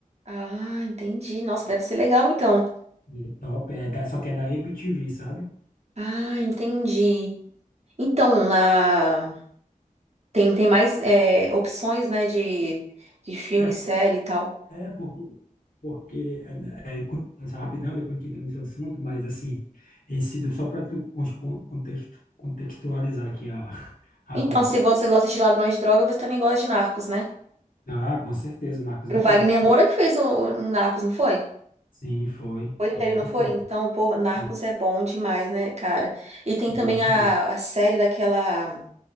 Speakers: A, on the right; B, on the left.
A: Ah, entendi. Nossa, deve ser legal, então.
B: Ele é top, é da, só que é da Apple TV, sabe?
A: Ah, entendi. Então, na... tem, tem mais é, opções, né, de, de filme,
B: É,
A: série e tal.
B: é porque, porque é, né, é, começa rapidão, depois a gente entra nesse assunto, mas assim, esse do, só para tu con- con- contexto, contextualizar aqui a, a
A: Então,
B: coisa.
A: se você gosta de Ladrões de Droga, você também gosta de Narcos, né?
B: Ah, com certeza, o Marcos é
A: O
B: top.
A: Wagner Moura que fez o, o Narcos, não foi?
B: Sim, foi,
A: Foi
B: foi
A: ele,
B: ele.
A: não foi? Então, pô, Narcos
B: mesmo.
A: é bom demais, né, cara? E tem
B: Bom
A: também
B: demais.
A: a, a série daquela.